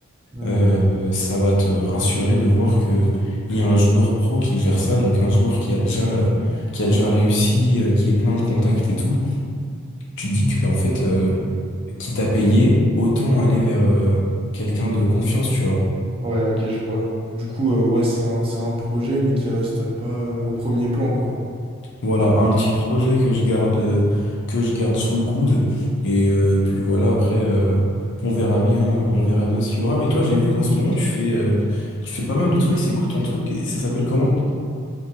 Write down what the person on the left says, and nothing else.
Euh, euh, ça va te rassurer de voir que il y a un joueur pro qui gère ça, donc un joueur qui a déjà, euh, qui a déjà réussi, euh, qui est plein de contacts et tout. Tu te dis que en fait, euh, qui t'a payé, autant aller vers euh, quelqu'un de confiance, tu vois.
Voilà, un petit projet que je garde, euh, que je garde sous le coude, et, euh, et puis voilà. Après, euh, on verra bien, on verra bien ce qu'il y aura. Mais toi, j'ai vu qu'en ce moment, tu fais, euh, tu fais pas mal de trucs. C'est quoi ton truc? Ça s'appelle comment?